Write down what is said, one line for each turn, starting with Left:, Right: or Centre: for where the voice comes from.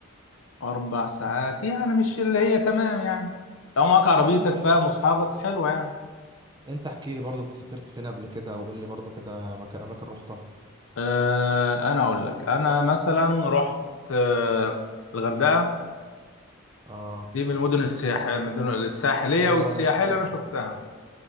Left: اربع ساعات يعني مش اللي هي تمام يعني لو معاك عربيتك
Right: يعني شغال
Left: فاهم واصحابك حلوه يعني
Right: انت احكي لي برضو انت سافرت فين قبل كده وقول لي برضو كده مكان اماكن رحتها
Left: آه، انا اقول لك انا مثلا رحت آه، الغردقه
Right: اه
Left: دي من المدن السياح من المدن الساحليه
Right: ايه
Left: والسياحيه
Right: رأيك فيها
Left: اللي انا شفتها